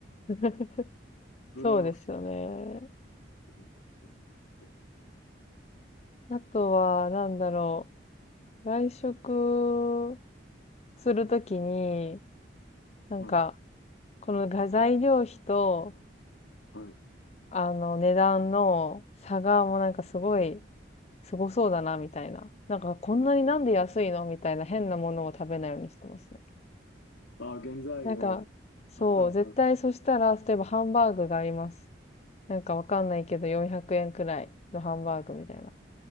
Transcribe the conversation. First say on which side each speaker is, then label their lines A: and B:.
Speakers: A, on the left; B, on the left.
A: <laughs>
B: 油がすごく
A: そうですよね。
B: 思いますよね、なんか。
A: あとは、なんだろう。外食するときに、なんか、
B: はい、
A: この画材料費と、
B: はい。
A: あの、値段の差がもうなんかすごい、すごそうだな、みたいな。なんか、こんなになんで安いのみたいな変なものを食べないようにしてますね。
B: あ、原材料、
A: なんか、そう、
B: あはいは
A: 絶対そしたら、例えばハンバーグがあります。なんかわかんないけど、400円くえんくらいのハンバーグみたいな。